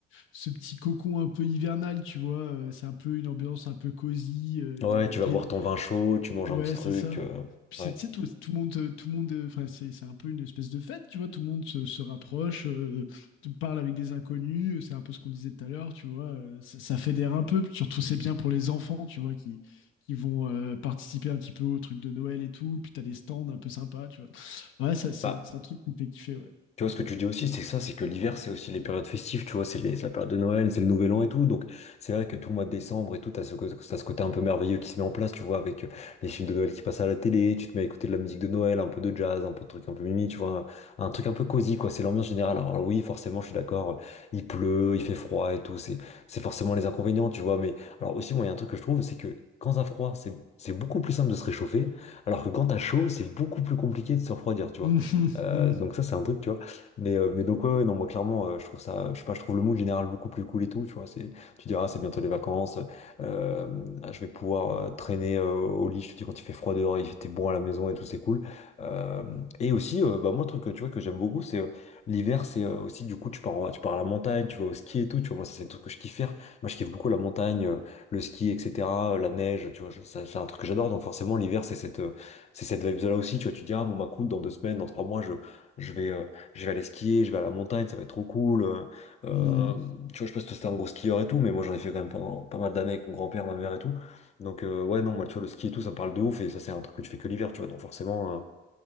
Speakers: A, on the left; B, on the left.
A: ce petit cocon un peu hivernal, tu vois. euh, c'est un peu une ambiance un peu cosy, euh,
B: Ouais
A: il y a un
B: tu
A: plaisir
B: vas boire ton vin chaud, tu manges
A: Ouais,
B: un petit truc,
A: c'est ça.
B: euh,
A: Puis
B: ouais.
A: c'est, tu sais, tout, tout le monde, euh, tout le monde, euh, enfin, c'est, c'est un peu une espèce de fête, tu vois. Tout le monde se, se rapproche, euh, te parle avec des inconnus. euh, C'est un peu ce qu'on disait tout à l'heure, tu vois. euh, ça, ça fédère un peu. Puis surtout, c'est bien pour les enfants, tu vois, qui, qui vont euh, participer un petit peu au truc de Noël et tout. Puis t'as des stands un peu sympas, tu vois. Ouais, ça, ça,
B: Bah,
A: c'est un truc qui me fait kiffer, ouais.
B: Tu vois, ce que tu dis aussi, c'est ça, c'est que l'hiver, c'est aussi les périodes festives, tu vois, c'est les- c'est la période de Noël, c'est le Nouvel An et tout. Donc, c'est vrai que tout le mois de décembre et tout, t'as ce, co- t'as ce côté un peu merveilleux qui se met en place, tu vois, avec euh, les films de Noël qui passent à la télé, tu te mets à écouter de la musique de Noël, un peu de jazz, un peu de trucs un peu mimi, tu vois, un, un truc un peu cosy, quoi, c'est l'ambiance générale. Alors, oui, forcément, je suis d'accord, euh, il pleut, il fait froid et tout, c'est, c'est forcément les inconvénients, tu vois, mais alors aussi, moi, il y a un truc que je trouve, c'est que quand t'as froid, c'est, c'est beaucoup plus simple de se réchauffer, alors que quand t'as chaud, c'est beaucoup plus compliqué de se refroidir, tu vois.
A: Mhm,
B: Euh,
A: mhm,
B: donc ça, c'est un truc, tu vois. Mais, euh, mais donc, ouais, ouais, non, moi, clairement, euh, je trouve ça, je sais pas, je trouve le mood général beaucoup plus cool et tout, tu vois. C'est, tu diras, c'est bientôt les vacances, euh, je vais pouvoir euh, traîner euh, au lit, je te dis, quand il fait froid dehors, il fait bon à la maison et tout, c'est cool. Euh, et aussi, euh, bah, moi, un truc, euh, tu vois, que j'aime beaucoup, c'est euh, l'hiver, c'est euh, aussi, du coup, tu pars, en- tu pars à la montagne, tu vas au ski et tout, tu vois. Moi, ça, c'est le truc que je kiffe faire. Moi, je kiffe beaucoup la montagne, euh, le ski, etc., euh, la neige, tu vois, je- ça, c'est un truc que j'adore. Donc, forcément, l'hiver, c'est cette, euh, c'est cette vibe-là aussi, tu vois. Tu dis, ah, bon, bah, cool, dans deux semaines, dans trois mois, je, je vais. euh, je vais aller skier, je vais à la montagne, ça va être trop cool. Euh, euh,
A: mhm.
B: tu vois, je sais pas si toi c'était un gros skieur et tout, mais moi j'en ai fait quand même pendant pas mal d'années avec mon grand-père, ma mère et tout. Donc euh, ouais, non, moi tu vois, le ski et tout, ça me parle de ouf, et ça c'est un truc que tu fais que l'hiver, tu vois, donc forcément, euh,